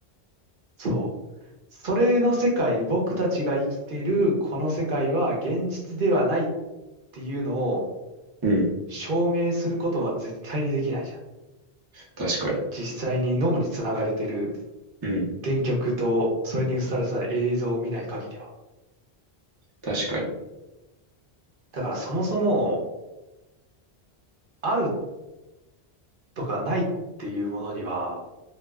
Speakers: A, on the right; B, on the right.
A: そう。それの世界、僕たちが生きているこの世界は現実ではないっていうのを
B: うん、
A: 証明することは絶対にできないじゃん。
B: 確かに。
A: 実際に脳につながれてる
B: うん、
A: 電極とそれに映された映像を見ない限りは。
B: 確かに。
A: だからそもそもあるとかないっていうものには、